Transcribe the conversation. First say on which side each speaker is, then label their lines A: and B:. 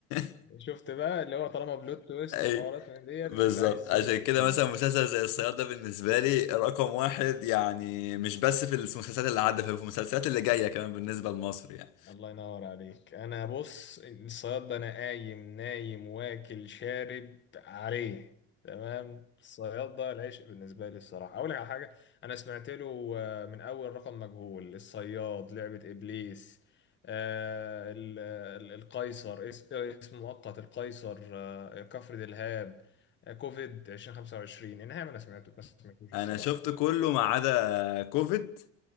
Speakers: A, on the left; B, on the left.
A: <laughs>
B: شفت بقى اللي هو طالما بلوت تويست
A: اي
B: وحوارات من ديت
A: بالظبط
B: انت عايز
A: عشان
B: يوسف
A: كده
B: الشريف
A: مثلا مسلسل زي الصياد ده بالنسبه لي رقم واحد يعني مش بس في المسلسلات اللي عدت في المسلسلات اللي جايه كمان بالنسبه لمصر يعني
B: الله ينور عليك انا بص الصياد ده انا قايم نايم واكل شارب عليه تمام الصياد ده العشق بالنسبه لي الصراحه اقول لك على حاجه انا سمعت له آه، من اول رقم مجهول الصياد لعبه ابليس آه، ال- ال- القيصر اس- اسم مؤقت القيصر آه، كفر دلهاب آه، كوفيد 2025 انها انا سمعته بس ما سمعتوش
A: انا
B: الصراحه
A: شفت
B: يعني
A: كله ما عدا كوفيد